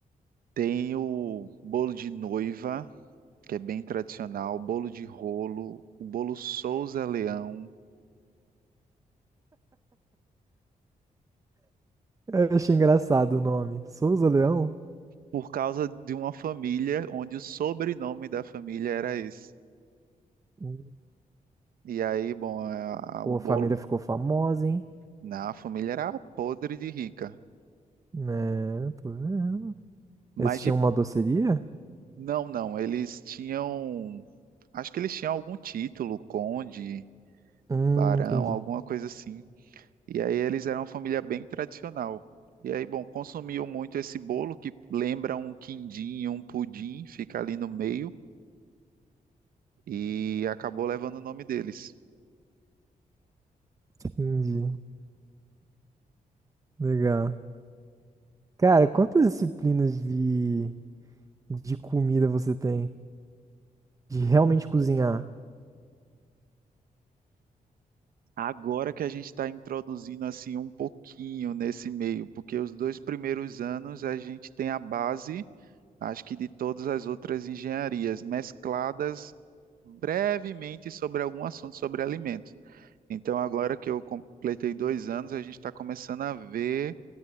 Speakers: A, on the right (about 80°); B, on the right (about 20°).
A: Tem o bolo de noiva que é bem tradicional, bolo de rolo, o bolo Souza Leão,
B: Eu achei engraçado o nome. Souza Leão?
A: por causa de uma família onde o sobrenome da família era esse.
B: Hum.
A: E aí, bom, a- a-
B: Pô,
A: o
B: a
A: bolo
B: família ficou famosa, hein?
A: na família era podre de rica.
B: É, tô vendo.
A: Mas
B: Eles tinham
A: de,
B: uma doceria?
A: não, não, eles tinham, acho que eles tinham algum título, conde,
B: Hum,
A: barão,
B: entendi.
A: alguma coisa assim. E aí eles eram uma família bem tradicional. E aí, bom, consumiam muito esse bolo que lembra um quindim, um pudim, fica ali no meio. e acabou levando o nome deles.
B: Entendi. Legal. Cara, quantas disciplinas de de comida você tem? De realmente cozinhar?
A: Agora que a gente está introduzindo assim um pouquinho nesse meio, porque os dois primeiros anos a gente tem a base, acho que de todas as outras engenharias, mescladas brevemente sobre algum assunto sobre alimentos. Então, agora que eu completei dois anos, a gente está começando a ver